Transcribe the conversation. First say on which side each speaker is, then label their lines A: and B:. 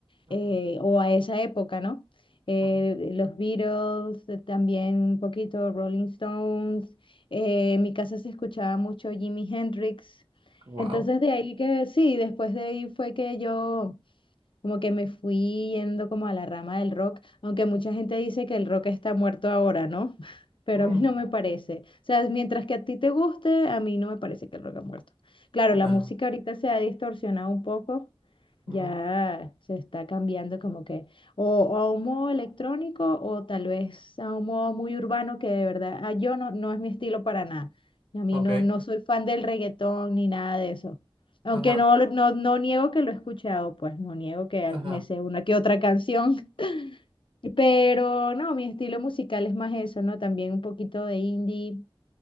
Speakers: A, on the right (about 70°); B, on the left (about 65°).
A: ujú,
B: eh, o a esa época, ¿no? Eh,
A: ujú,
B: los Beatles, eh, también un poquito Rolling Stones, eh, en mi casa se escuchaba mucho Jimi Hendrix,
A: wow.
B: entonces de ahí que sí, después de ahí fue que yo como que me fui yendo como a la rama del rock, aunque mucha gente dice que el rock está muerto ahora, ¿no? <laughs> Pero
A: mm,
B: a mí no me parece. O sea, mientras que a ti te guste, a mí no me parece que el rock ha muerto. Claro,
A: No.
B: la música ahorita se ha distorsionado un poco, ya
A: ujú,
B: se está cambiando como que o, o a un modo electrónico o tal vez a un modo muy urbano que de verdad ah, yo no, no es mi estilo para nada. Y A mí
A: Ok,
B: no, no soy fan del reggaetón ni nada de eso. Aunque
A: ajá,
B: no, lo- no, no niego que lo he escuchado, pues no niego que al-
A: ajá,
B: me sé una que otra canción. <laughs> Pero no, mi estilo musical es más eso, ¿no? También un poquito de indie.